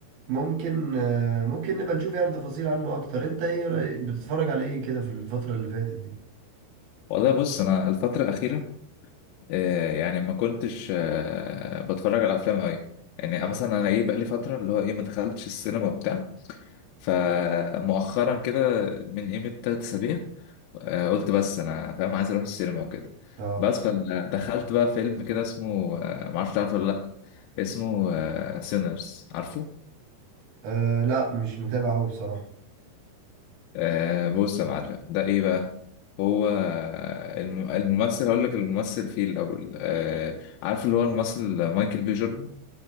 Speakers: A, on the right; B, on the left.
A: ممكن آه، ممكن نبقى نشوف يعني تفاصيل عنه اكتر انت ايه رأي... بتتفرج على ايه كده في الفترة اللي فاتت دي
B: والله بص انا الفترة الأخيرة آه، يعني ما كنتش آه، بتفرج على افلام قوي يعني مثلا انا ايه بقالي فترة اللي هو ايه ما دخلتش السينما وبتاع فمؤخرا كده من قيمة تلات أسابيع آه، قلت بس أنا فاهم عايز أروح السينما وكده
A: اه
B: بس فدخلت بقى فيلم كده اسمه آه، معرفش تعرفه ولا لأ اسمه سينرز عارفه؟
A: آه، لا مش متابع قوي بصراحة
B: آه، بص يا معلم ده إيه بقى؟ هو آه، الم- الممثل هقول لك الممثل فيه الأول آه، عارف اللي هو الممثل مايكل بي جوردن